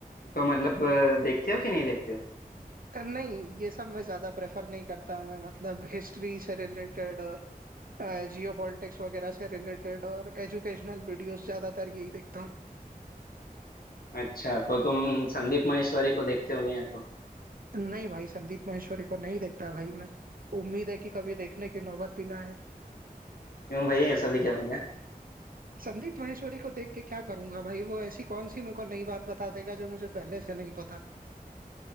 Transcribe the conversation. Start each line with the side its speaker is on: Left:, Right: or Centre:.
Left: तो मतलब अ, देखते हो कि नहीं देखते हो
Right: नहीं ये सब मैं ज्यादा प्रेफर नहीं करता मैं मतलब हिस्ट्री से रिलेटेड और जियो पॉलिटिक्स वगैरह से रिलेटेड और एजुकेशनल वीडियोस ज्यादातर यही देखता हूँ
Left: अच्छा तो तुम संदीप महेश्वरी को देखते होगे या तो
Right: नहीं भाई संदीप माहेश्वरी को नहीं देखता भाई मैं उम्मीद है कि कभी देखने की नौबत भी ना आए
Left: क्यों भाई ऐसा भी क्या हो गया
Right: संदीप माहेश्वरी को देख के क्या करूंगा भाई वो ऐसी कौन सी मेरे को नई बात बता देगा जो मुझे पहले से नहीं पता